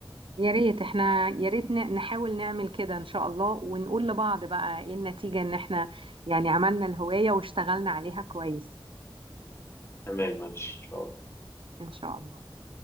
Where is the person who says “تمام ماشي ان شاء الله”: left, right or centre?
Left